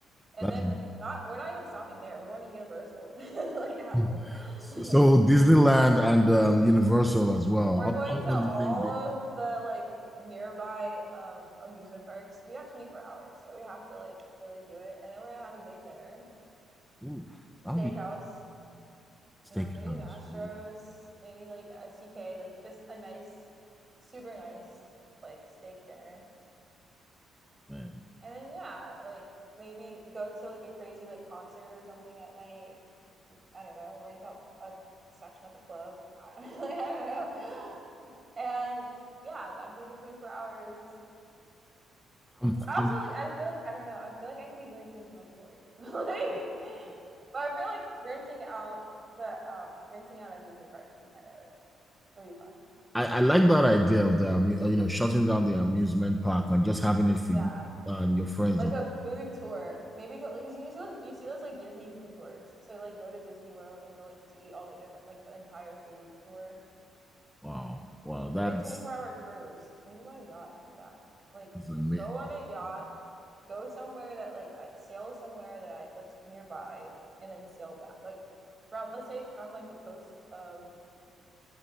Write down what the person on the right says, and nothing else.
and
then not we're not even stopping there we're going to universal <laughs> like after
<laughs>
like
We're
going to
all
of the like nearby um, amusement parks. We got 24 hours, so we have to like really do it. And then we're gonna have a big dinner,
steakhouse.
You know, maybe Mastro's,
maybe like SUK, like just a nice, super nice like steak dinner.
And then yeah, like maybe go to like a crazy like concert or something at night. I don't know, rent out a section at the club. <laughs> I don't, like, I don't know. <laughs> And yeah, that'd be the 24 hours.
But also,
like, I feel like I don't know. I feel like I could be doing something so much cooler too. <laughs> like, but I feel like renting out the um renting out an amusement park would be kind of like would be fun.
Yeah,
like a food tour. Maybe go like because you see those, you see those like Disney food tours. So like go to Disney World and go like to eat all the different like the entire food tour.
Maybe a 24 hour cruise. Maybe go on a yacht and come back. Like
go on a yacht, go somewhere that like I sail somewhere that I that's nearby and then sail back. Like from let's say from like the coast of